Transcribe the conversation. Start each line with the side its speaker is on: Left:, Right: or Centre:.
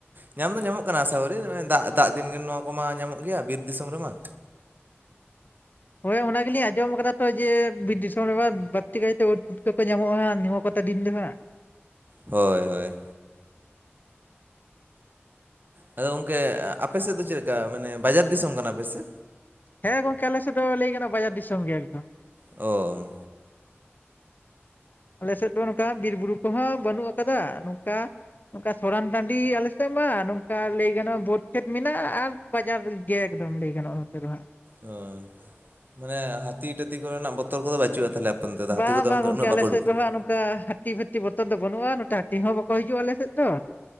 Right: ᱧᱟᱢ ᱫᱚ ᱧᱟᱢᱚᱜ ᱠᱟᱱᱟ ᱥᱟᱣᱨᱤ ᱫᱟᱜ ᱫᱟᱜ ᱫᱤᱱᱜᱮ ᱱᱚᱣᱟ ᱠᱚᱢᱟ ᱧᱟᱢᱚᱜ ᱜᱮᱭᱟ ᱵᱤᱨ ᱫᱤᱥᱚᱢ ᱨᱮᱢᱟ
Left: ᱦᱳᱭ ᱚᱱᱟ ᱜᱮᱞᱤᱧ ᱟᱸᱡᱚᱢ ᱟᱠᱟᱫᱟ ᱛᱚ ᱡᱮ ᱵᱤᱨ ᱫᱤᱥᱚᱢ ᱨᱮᱢᱟ ᱵᱟᱹᱲᱛᱤ ᱠᱟᱭᱛᱮ ᱩᱫ ᱯᱩᱴᱠᱟᱹ ᱠᱚ ᱧᱟᱢᱚᱜᱼᱟ ᱦᱟᱜ ᱱᱤᱦ ᱠᱚᱴᱟ ᱫᱤᱱ ᱫᱚᱦᱟᱸᱜ
Right: ᱦᱳᱭ ᱦᱳᱭ ᱟᱫᱚ ᱜᱚᱝᱠᱮ ᱟᱯᱮ ᱥᱮᱫ ᱫᱚ ᱪᱮᱫ ᱞᱮᱠᱟ ᱢᱟᱱᱮ ᱵᱟᱡᱟᱨ ᱫᱤᱥᱚᱢ ᱠᱟᱱᱟ ᱯᱮᱥᱮ
Left: ᱦᱮᱸ ᱜᱚᱝᱠᱮ ᱟᱞᱮ ᱥᱮᱫ ᱫᱚ ᱞᱟᱹᱭ ᱠᱟᱱᱟ ᱵᱟᱡᱟᱨ ᱫᱤᱥᱚᱢ ᱜᱮ ᱮᱠᱫᱚᱢ
Right: ᱚ
Left: ᱟᱞᱮ ᱥᱮᱫ ᱫᱚ ᱱᱚᱝᱠᱟ ᱵᱤᱨᱼᱵᱩᱨᱩ ᱠᱚᱦᱚᱸ ᱵᱟᱹᱱᱩᱜ ᱟᱠᱟᱫᱟ ᱱᱚᱝᱠᱟ ᱱᱚᱝᱠᱟ ᱥᱚᱨᱟᱱ ᱴᱟᱺᱰᱤ ᱜᱮ ᱟᱞᱮᱥᱮᱫ ᱢᱟ ᱱᱚᱝᱠᱟ ᱞᱟᱹᱭ ᱜᱟᱱᱚᱜᱼᱟ ᱵᱟᱹᱫᱽ ᱠᱷᱮᱛ ᱢᱮᱱᱟᱜᱼᱟ ᱟᱨ ᱵᱟᱡᱟᱨ ᱨᱮᱜᱮ ᱮᱠᱫᱚᱢ ᱞᱟᱹᱭ ᱜᱟᱱᱚᱜᱼᱟ ᱱᱚᱛᱮ ᱫᱚ ᱦᱟᱸᱜ
Right: ᱚ ᱢᱟᱱᱮ ᱦᱟᱹᱛᱤ ᱴᱟᱹᱛᱤ ᱠᱚᱨᱮᱱᱟᱜ ᱵᱚᱛᱚᱨ ᱠᱚᱫᱚ ᱵᱟᱹᱪᱩᱜᱼᱟ ᱛᱟᱦᱚᱞᱮ ᱚᱱᱛᱮ ᱫᱚ
Left: ᱵᱟᱝ
Right: ᱦᱟᱹᱛᱤ ᱠᱚᱫᱚ
Left: ᱵᱟᱝ
Right: ᱚᱱᱠᱟ
Left: ᱜᱚᱝᱠᱮ
Right: ᱩᱱᱟᱹᱜ
Left: ᱟᱞᱮᱥᱮᱫ
Right: ᱵᱟᱠᱚ ᱩᱰᱩᱠᱚᱜ
Left: ᱫᱚ
Right: ᱜᱮᱭᱟ
Left: ᱦᱟᱸᱜ ᱱᱚᱝᱠᱟ ᱦᱟᱹᱛᱤ ᱵᱩᱛ ᱦᱟᱹᱛᱤ ᱵᱚᱛᱚᱨ ᱫᱚ ᱵᱟᱹᱱᱩᱜᱼᱟ ᱱᱚᱛᱮ ᱦᱟᱹᱛᱤ ᱦᱚᱸ ᱵᱟᱹᱠᱩ ᱦᱤᱡᱩᱜᱼᱟ ᱟᱞᱮ ᱥᱮᱫ ᱫᱚ